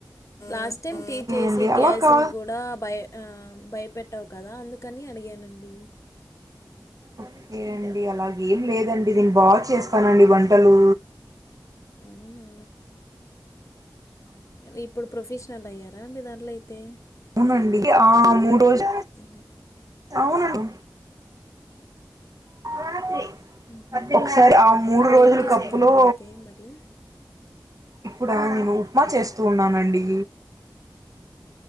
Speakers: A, on the left; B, on the right.
A: లాస్ట్ టైం
B: ఓకే
A: టీ చేసి
B: అండి అలా
A: గ్యాస్ని
B: కా
A: కూడా బయ భయపెట్టావు కదా అందుకని అడిగానండి
B: ఓకే అండి అలాగ ఏం లేదండి దీని బాగా చేస్తానండి వంటలు
A: అవునా ఇప్పుడు ప్రొఫెషనల్ అయ్యారా అండి దాంట్లో అయితే
B: మండి ఆ మూడు రోజు
A: ఆ
B: అవునను రాత్రి
A: హుహు.
B: ఒకసారి ఆ మూడు
A: ఇప్పుడేం
B: రోజుల
A: చేస్తున్నారండి
B: కప్పులో
A: అయితే మరి?
B: ఇప్పుడ నేను ఉప్మా చేస్తూ ఉన్నానండి